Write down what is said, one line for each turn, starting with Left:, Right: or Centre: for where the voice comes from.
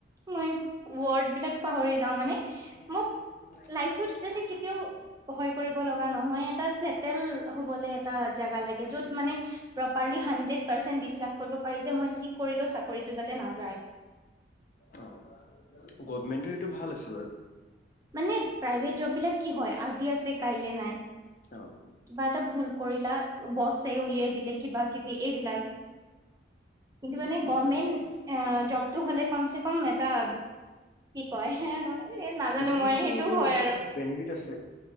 Right: মই ৱৰ্ড বিলাক পাহৰি যাও মানে
Left: <unintelligible>
Right: মোক লাইফত যাতে কেতিয়াও ভয় কৰিব লগা নহয় এটা চেটেল হবলৈ এটা জাগা লাগে যত মানে প্ৰপাৰলি হাড্ৰেড পাৰ্চেন্ বিশ্বাস কৰিব পাৰি যে মই যি কৰিলো চাকৰিটো যাতে নাযায়
Left: অ' গভমেন্টৰ এইটো ভাল আছে বাৰু
Right: মানে প্ৰাইভেট জব বিলাক কি হয় আজি আছে কাইলে নাই
Left: অ'
Right: কিবা এটা ভুল কৰিলা বছে উলিয়াই দিলে কিবা কিবি এইবিলাক কিন্তু মানে গভমেন্ট জবটো হ'লে কমচে কম এটা কি কয় নাজানো
Left: উ পি
Right: মই
Left: এ ছি
Right: সেইটো
Left: এইবিলাক
Right: হয় আৰু
Left: বেনিফিট ঠিকে আছে